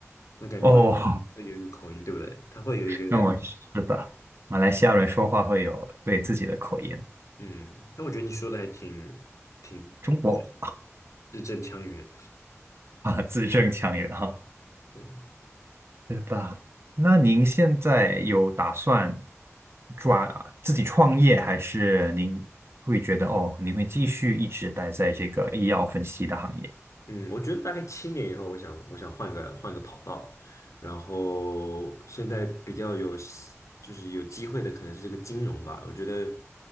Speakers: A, on the left; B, on the right.
A: 我感觉马来西亚会有一个口音，
B: 哦，
A: 对不对？它会有一个。
B: <laughs> 那我是的，马来西亚人说话会有对自己的口音，
A: 嗯，但我觉得你说的还挺挺就是
B: 中国
A: 字正腔圆。
B: 啊，字正腔圆哈。
A: 嗯。
B: 是的，那您现在有打算抓自己创业，还是您会觉得哦，您会继续一直待在这个医药分析的行业？
A: 嗯，我觉得大概七年以后，我想我想换个换个跑道，然后现在比较有就是有机会的可能是这个金融吧。我觉得